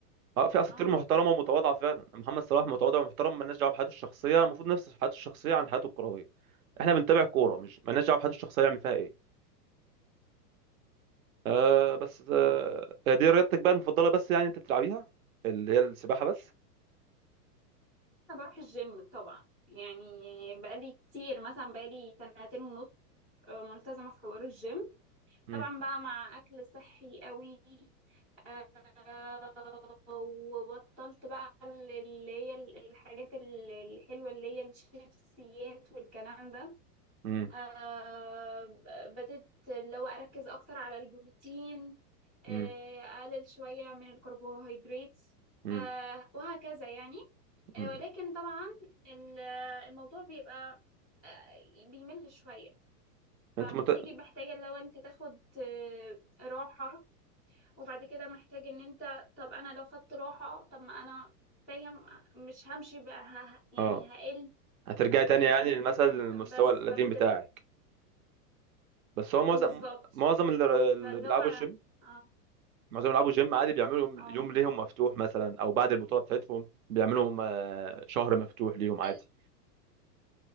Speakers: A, on the right; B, in the centre.
A: اه في اساطير
B: اه
A: محترمه ومتواضعه فعلا محمد صلاح متواضع ومحترم مالناش دعوه بحياته الشخصيه المفروض نفس حياته الشخصيه عن حياته الكرويه احنا بنتابع كوره
B: اه
A: مش مالناش دعوه بحياته الشخصيه يعمل فيها ايه آه بس آه دي رياضتك بقى المفضله بس يعني انت بتلعبيها اللي هي السباحه بس
B: انا بروح الجيم طبعا يعني بقالي كتير مثلا بقالي سنتين ونص آه، ملتزمه في حوار الجيم
A: مم.
B: طبعا بقى مع اكل صحي قوي آه، وبطلت بقى ال- اللي هي ال- الحاجات ال- الحلوة اللي هي الشيبسيات والكلام ده
A: مم.
B: آه، ب- بدأت اللي هو أركز أكتر على البروتين آه،
A: مم.
B: أقلل شوية من الكربوهيدرات
A: مم.
B: آه، وهكذا يعني
A: مم.
B: آه، ولكن طبعا ال- الموضوع بيبقى آه، بيمل شوية فبتيجي
A: انت مت...
B: محتاجة لو انت تاخد آه، راحة وبعد كده محتاج ان انت طب انا لو خدت راحة طب ما انا فاهم مش همشي بقى ه... يعني
A: اه
B: هقل
A: هترجعي
B: او
A: تاني
B: كده
A: يعني للمثل المستوى
B: بس
A: القديم
B: فبت...
A: بتاعك بس هو معظم
B: بالظبط
A: معظم اللي اللي
B: فاللي
A: بيلعبوا
B: هو
A: الجيم
B: اه
A: معظم بيلعبوا جيم عادي بيعملوا يوم
B: اه
A: يوم ليهم مفتوح مثلا او بعد البطوله بتاعتهم بيعملوا هم آه، شهر مفتوح ليهم عادي
B: ال-